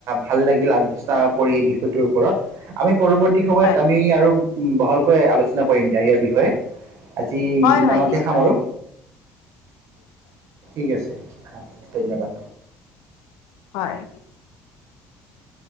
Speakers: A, on the right; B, on the left.
A: ভাল লাগিল আলোচনা কৰি এই বিষয়টোৰ ওপৰত। আমি পৰৱৰ্তী সময়ত
B: হয়
A: আমি আৰু বহলকৈ আলোচনা কৰিম দিয়া ইয়াৰ বিষয়ে। আজি
B: হয়
A: ইমানতে
B: হয় নিশ্চয়
A: সামৰো। ঠিক আছে হয় ধন্যবাদ।
B: হয়।